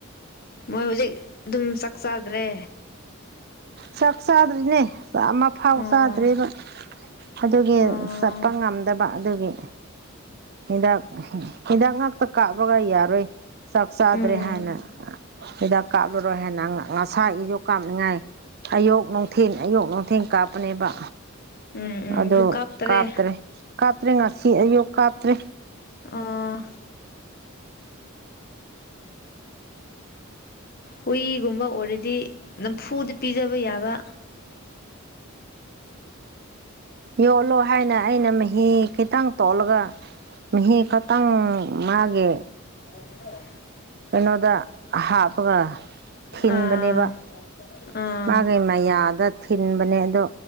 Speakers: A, on the left; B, on the right.
A: ꯃꯣꯏ ꯍꯧꯖꯤꯛ ꯑꯗꯨꯝ ꯆꯥꯛ ꯆꯗ꯭ꯔꯦ
B: ꯆꯥꯛ ꯆꯥꯗ꯭ꯔꯤꯅꯦꯥꯛ ꯑꯃ ꯐꯥꯎ
A: ꯑꯣ
B: ꯆꯥꯗ꯭ꯔꯤꯕ ꯑꯗꯨꯒꯤ
A: ꯑꯣ
B: ꯀꯄ ꯉꯝꯗꯕ ꯑꯗꯨꯒꯤ ꯍꯤꯗꯥꯛ ꯍꯤꯗꯥꯛ ꯉꯥꯛꯇ ꯀꯥꯞꯄꯒ ꯌꯥꯔꯣꯏ ꯆꯥꯛ ꯆꯥꯗ꯭ꯔꯦ
A: ꯎꯝ
B: ꯍꯥꯏꯅ ꯍꯤꯗꯥꯛ ꯀꯥꯞꯂꯨꯔꯣꯏ ꯍꯥꯏꯦꯅ ꯉꯁꯥ ꯏꯖꯨ ꯀꯥꯞꯅꯤꯡꯉꯥꯏ ꯑꯌꯣꯛ ꯅꯨꯡꯊꯦꯟ ꯑꯌꯣꯛ ꯅꯨꯡꯊꯦꯟ ꯀꯥꯞꯄꯅꯦꯕ
A: ꯎꯝ ꯎꯝ
B: ꯑꯗꯨ
A: ꯀꯥꯞꯇꯔꯦ
B: ꯀꯥꯞꯇ꯭ꯔꯦ ꯀꯥꯞꯇ꯭ꯔꯦ ꯉꯁꯤ ꯑꯌꯨꯛ ꯀꯥꯞꯇ꯭ꯔꯦ
A: ꯑꯥ ꯍꯨꯏꯒꯨꯝꯕ ꯑꯣꯏꯔꯗꯤ ꯅꯝꯐꯨꯗ ꯄꯤꯖꯕ ꯌꯥꯕ
B: ꯌꯣꯜꯂꯣ ꯍꯥꯏꯅ ꯑꯩꯅ ꯃꯍꯤ ꯈꯤꯇꯪ ꯇꯣꯠꯂꯒ ꯃꯍꯤ ꯈꯇꯪ ꯃꯥꯒꯦ
A: ꯍ ꯍꯗꯣ
B: ꯀꯩꯅꯣꯗ ꯍꯥꯞꯄꯒ ꯊꯤꯟꯕꯅꯦꯕ
A: ꯑꯥ ꯑꯥ
B: ꯃꯥꯒꯩ ꯃꯌꯥꯗ ꯊꯤꯟꯕꯅꯦ ꯑꯗꯣ